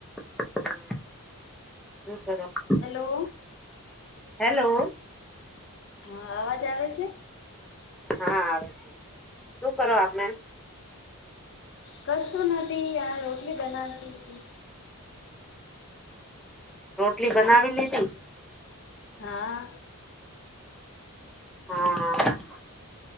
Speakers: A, in the centre; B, on the left.
A: હમ હ
B: hello
A: hello
B: હા અવાજ આવે છે.
A: હા આવે છે, શું કરો આપણે
B: કશું નથી ાર રોટલી બનાવતી હતી
A: રોટલી બનાવી લીધી
B: હા
A: હમ હમ